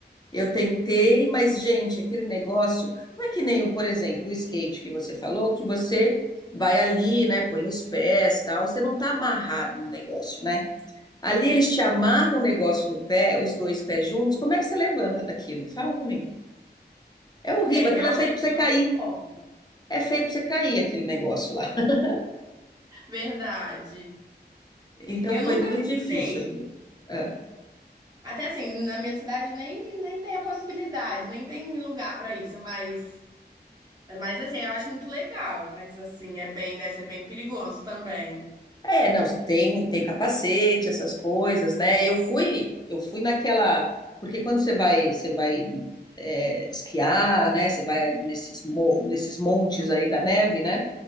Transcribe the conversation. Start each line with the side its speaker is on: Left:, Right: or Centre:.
Left: Eu tentei, mas, gente, aquele negócio não é que nem, o, por exemplo, o skate que você falou, que você vai ali, né, põe os pés, tal, você não está amarrado no negócio, né? Ali eles te amarram o negócio no pé, os dois pés juntos. Como é que você levanta daquilo? Fala pra mim. É horrível,
Right: é, realmente,
Left: aquilo é feito pra você
Right: não
Left: cair.
Right: tem como.
Left: É feito pra você cair aquele negócio lá. <laughs>
Right: Verdade.
Left: Então
Right: Eu
Left: foi
Right: nunca
Left: muito
Right: tentei.
Left: difícil aquilo. É.
Right: Até assim, na minha cidade nem, nem tem a possibilidade, nem tem lugar pra isso, mas Mas assim, eu acho muito legal, mas assim, é bem, deve ser bem perigoso também.
Left: É, não, você tem, tem capacete, essas coisas, né? Eu fui, eu fui naquela, porque quando você vai, você vai é, esquiar, né? Você vai nesses, mo- nesses montes aí da neve, né?